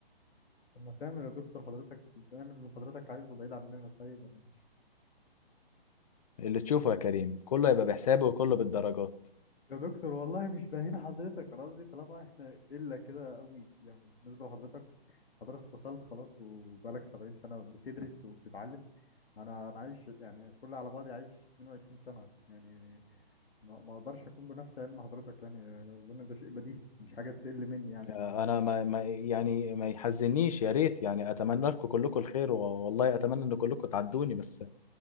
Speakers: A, on the left; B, on the left.
A: طب ما تعمل يا دكتور حضرتك تعمل اللي حضرتك عايزه بعيد عننا طيب أنا
B: اللي تشوفه يا كريم كله يبقى بحسابه وكله بالدرجات
A: يا دكتور والله مش باهين حضرتك انا قصدي طالما احنا قله كده قوي يعني بالنسبه لحضرتك حضرتك وصلت خلاص وبقالك 70 سنه بتدرس وبتتعلم انا انا عايش يعني كل على بعضي عايش 22 سنه يعني ما ما اقدرش اكون بنفس علم حضرتك يعني اظن ده شيء بديهي مش حاجه تقل مني يعني او
B: انا
A: حاجه
B: ما ما يعني ما يحزنيش يا ريت يعني اتمنى لكم كلكم الخير و- والله اتمنى ان كلكم تعدوني بس